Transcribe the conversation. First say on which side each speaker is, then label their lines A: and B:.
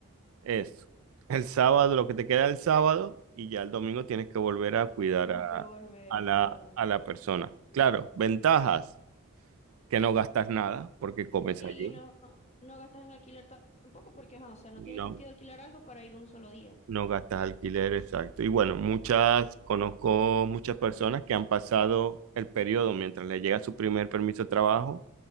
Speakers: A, on the right; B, on the left.
A: Eso. El sábado, lo que te queda el sábado, y ya el domingo tienes que volver a cuidar
B: Tienes
A: a,
B: que volver,
A: a la,
B: claro.
A: a la persona. Claro, ventajas, que no gastas nada porque comes
B: Sí,
A: allí.
B: no, no gastas en alquiler ta- tampoco porque, ajá, o sea, no
A: No,
B: tiene sentido alquilar algo para ir un solo día.
A: no gastas alquiler, exacto. Y bueno, muchas, conozco muchas personas que han pasado el periodo mientras le llega su primer permiso de trabajo,